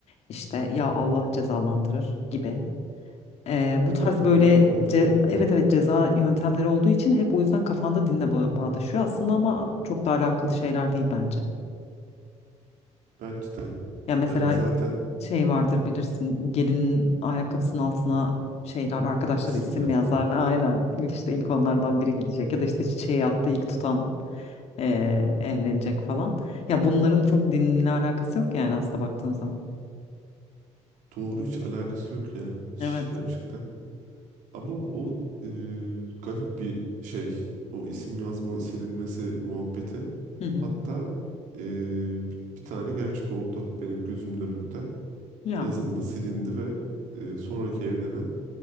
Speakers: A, on the left; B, on the right.
A: işte ya Allah cezalandırır gibi. Ee, bu
B: Evet
A: tarz böyle
B: böyle korkutuluyor.
A: ce- evet evet ceza yöntemleri olduğu için hep o yüzden kafanda dinle ba- bağdaşıyor aslında ama çok da alakalı şeyler değil bence.
B: Bence de.
A: Ya mesela
B: Yani zaten
A: şey vardır bilirsin gelinin ayakkabısının altına şeyler arkadaşları
B: isim
A: isim
B: yazmak
A: yazar
B: falan.
A: aynen işte ilk onlardan biri gidecek ya da işte çiçeği attı ilk tutan. eee, evlenecek falan. Ya bunların çok dinle alakası yok yani aslında baktığın zaman.
B: Doğru hiç alakası yok yani. Hiç
A: Evet.
B: gerçekten. Ama o e, garip bir şey. O isim yazma silinmesi muhabbeti.
A: Hı hı.
B: Hatta e, bir tane gerçek oldu benim gözümün önünde.
A: Ya
B: Yazıldı, silindi ve e, sonraki evlenen